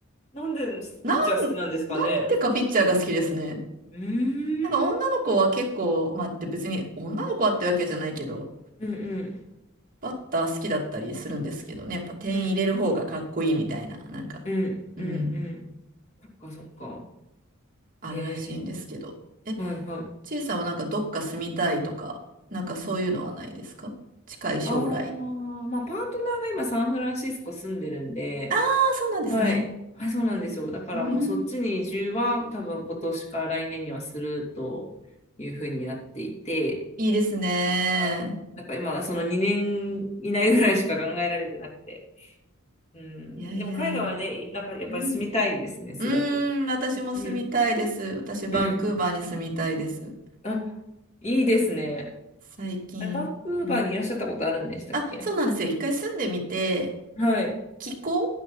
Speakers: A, on the left; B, on the right.
A: なんでピッチャー好きなんですかね。
B: なん、なんでかピッチャーが好きですね。
A: うーん。
B: なんか女の子は結構、まあで別に女の子はってわけじゃないけど、
A: うんうん
B: バッター好きだったりするんですけどね、やっぱ点入れる方がかっこいいみたいな、
A: うん
B: なんか、
A: うんうんうん
B: うん、
A: そっかそっか。
B: あるらしいんですけど。
A: へえ。
B: え、
A: はいはい。
B: ちいさんはなんかどっか住みたいとか、なんかそういうのはないですか近い将来。
A: ああ、まあパートナーが今サンフランシスコ住んでるんで、
B: ああ、そうなんですね。
A: はい。はい、そうなんですよ。だからもうそっちに移住は多分今年か来年にはするというふうになっていて、
B: うん、いいですね。
A: はいなんか今その2年以内ぐらいしか考えられてなくて。うん、
B: いやいやいや。
A: でも海外はね、なんかやっぱり住みたいですね、
B: うん。
A: すごく。
B: うーん、私も住みたいです。
A: うん。
B: 私、バンクーバーに住みたいです。
A: うん。あ、いいですね。
B: 最近。
A: あれ、バンクーバーにいらっしゃったことあるんでしたっけ
B: うんあ、そうなんですよ。一回住んでみて、
A: はい。
B: 気候